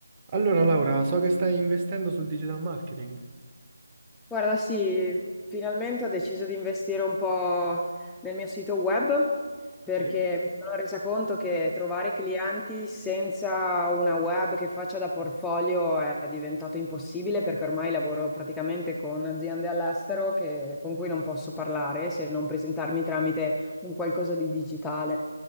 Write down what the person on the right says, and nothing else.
Allora, Laura, so che stai investendo sul digital marketing.
Sì. <laughs>